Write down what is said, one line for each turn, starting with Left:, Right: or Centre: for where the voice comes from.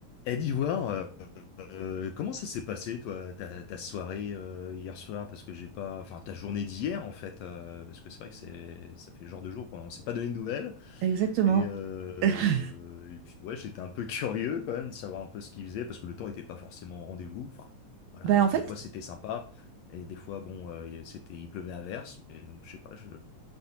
Left: Eh, d'Ivoire, euh, euh, comment ça s'est passé, toi, ta, ta soirée euh, hier soir? Parce que j'ai pas, enfin, ta journée d'hier, en fait, euh, parce que c'est vrai que c'est, ça fait le genre de jour qu'on on s'est pas donné de nouvelles.
Right: Exactement.
Left: Et, euh,
Right: <laughs>
Left: et puis ouais, j'étais un peu <laughs> curieux quand même de savoir un peu ce qu'ils faisaient, parce que le temps était pas forcément au rendez-vous. Enfin, voilà,
Right: Ben
Left: des,
Right: en fait,
Left: des fois c'était sympa, et des fois bon, euh, il- c'était, il pleuvait à verse. Mais donc, je sais pas, je,